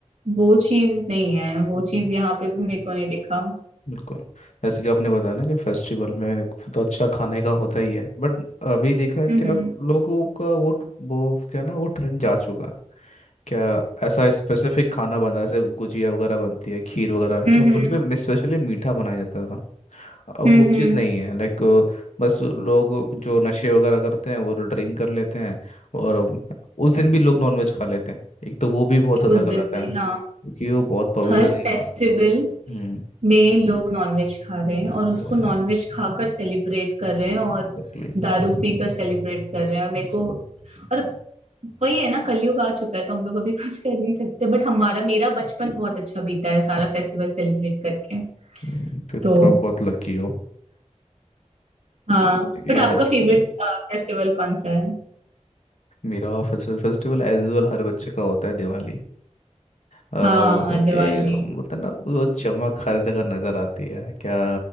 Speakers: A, on the right; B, on the left.
A: वो चीज नहीं है वो
B: हम्म,
A: चीज यहाँ पे भी मेरे को नहीं दिखा
B: बिल्कुल जैसे कि आपने बताया ना कि फेस्टिवल में तो अच्छा खाने का होता ही है बट अभी देखा है क्या
A: हम्म
B: लोगों का वो वो क्या ना वो ट्रेंड जा चुका है क्या ऐसा स्पेसिफिक खाना बना है जैसे गुजिया वगैरह बनती है खीर वगैरह
A: हम्म
B: क्या होली में स्पेशली मीठा बनाया जाता अब
A: हम्म
B: वो चीज़
A: हम्म
B: नहीं है लाइक बस लोग जो नशे वगैरह करते हैं वो ड्रिंक कर लेते हैं और उस दिन भी लोग नॉनवेज खा लेते हैं एक तो वो भी बहुत ज़्यादा
A: उस दिन
B: गलत
A: भी
B: है क्योंकि
A: हाँ
B: वो बहुत पवित्र
A: हर
B: दिन
A: फेस्टिवल
B: है हम्म
A: में लोग नॉनवेज खा रहे हैं और उसको
B: वो है
A: नॉनवेज खाकर सेलिब्रेट कर रहे हैं और
B: एग्जैक्टली
A: दारू पीकर सेलिब्रेट कर रहे हैं और मेरे
B: हम्म,
A: को और वही है ना कलयुग आ चुका है तो हम लोग अभी कुछ कर नहीं सकते बट हमारा मेरा बचपन बहुत अच्छा बीता है सारा फेस्टिवल सेलिब्रेट करके
B: हम्म, फिर तो
A: तो
B: आप बहुत लकी हो
A: हाँ
B: ये
A: बट आपका
B: फेस्टिवल
A: फेवरेट फेस्टिवल कौन सा है
B: मेरा फेस्टिवल फेस्टिवल एज वेल हर बच्चे का होता है दिवाली अ,
A: हाँ
B: क्योंकि
A: दिवाली दिवाली
B: होता ना वो चमक हर जगह नजर आती है क्या